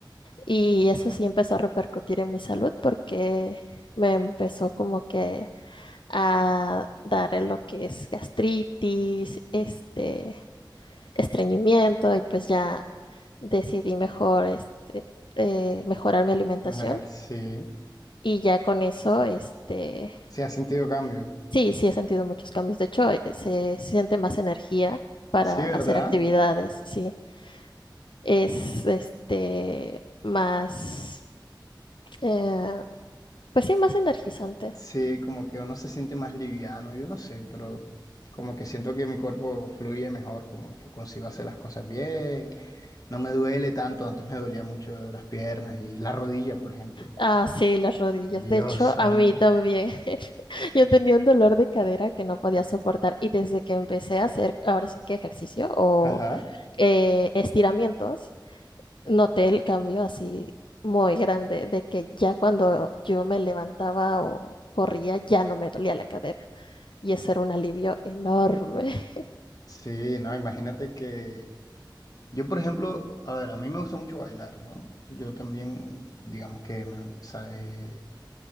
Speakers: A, on the left (about 75°); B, on the left (about 45°).
A: y eso sí empezó a repercutir en mi salud porque me empezó como que a dar lo que es gastritis, este, estreñimiento y pues ya decidí mejor este, eh, mejorar mi alimentación
B: mejorar? Sí,
A: y ya con eso, este,
B: sí, has sentido cambio.
A: sí, sí he sentido muchos cambios. De hecho, eh, se siente más energía para
B: Sí,
A: hacer
B: ¿verdad?
A: actividades, sí. Es este más, eh, pues sí, más energizante.
B: Sí, como que uno se siente más liviano, yo no sé, pero como que siento que mi cuerpo fluye mejor, como que consigo hacer las cosas bien. No me duele tanto, antes me dolía mucho las piernas y la rodilla, por ejemplo.
A: Ah, sí, las rodillas.
B: Dios
A: De hecho,
B: santo.
A: a mí también. <laughs> Yo tenía un dolor de cadera que no podía soportar y desde que empecé a hacer ahora sí que ejercicio o
B: Ajá.
A: eh, estiramientos, noté el cambio así muy grande de que ya cuando yo me levantaba o corría ya no me dolía la cadera y eso era un alivio enorme. <laughs>
B: Sí, no, imagínate que yo, por ejemplo, a ver, a mí me gusta mucho bailar, ¿no? Yo también, digamos que me, sa- eh,